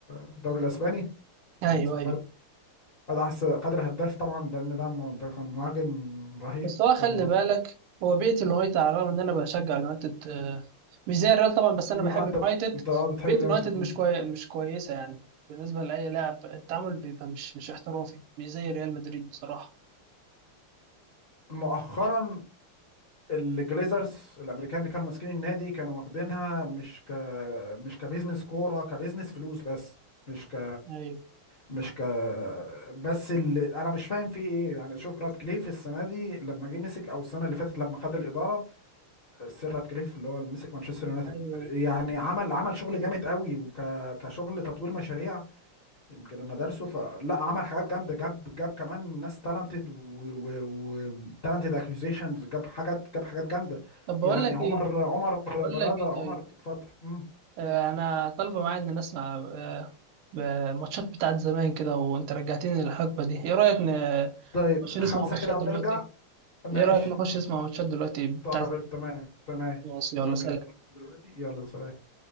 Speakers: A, on the left (about 50°); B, on the right (about 80°).
A: الدوري الاسباني
B: أيوه
A: من سما
B: أيوه.
A: هذا احسن قدر هداف طبعا لان ده م- ده كان مهاجم رهيب
B: بس هو خلي
A: كان مهاجم
B: بالك هو بيئة اليونايتد على الرغم إن أنا بشجع اليونايتد آه، مش زي الريال طبعا بس
A: أمم،
B: أنا بحب
A: اه انت
B: اليونايتد
A: انت اه بتحب
B: بيئة
A: اليونايتد
B: اليونايتد
A: أمم.
B: مش كوي... مش كويسة يعني بالنسبة لأي لاعب التعامل بيبقى مش مش احترافي مش زي ريال مدريد بصراحة
A: مؤخرا الجليزرز الامريكان اللي كانوا ماسكين النادي كانوا واخدينها مش ك مش كبزنس كوره كبزنس فلوس بس مش ك
B: أيوه
A: مش ك بس اللي انا مش فاهم فيه ايه يعني شوف راتكليف السنه دي لما جه مسك او السنه اللي فاتت لما خد الاداره السير راتكليف اللي هو اللي مسك مانشستر يونايتد
B: ايوه أيوة.
A: يعني عمل عمل شغل جامد قوي وك كشغل تطوير مشاريع يمكن انا دارسه فلا عمل حاجات جامده جاب جاب كمان ناس تالنتد وتالنتد اكيوزيشنز جاب حاجات جاب حاجات جامده
B: طب بقول
A: يعني
B: لك
A: عمر
B: ايه
A: عمر
B: بقول
A: براده
B: لك ايه طيب
A: عمر اتفضل مم.
B: آه انا طالبه معايا ان نسمع آه آه، ماتشات بتاعت زمان كده وانت رجعتني للحقبه دي ايه رايك ن-
A: طيب
B: نخش
A: خمسه
B: نسمع ماتشات
A: كده ونرجع
B: دلوقتي
A: ماشي
B: ايه رايك نخش نسمع ماتشات دلوقتي بتاع
A: طيب
B: زمان
A: تمام تمام
B: ماشي
A: تمام
B: يلا سلام
A: يلا دلوقتي يلا سلام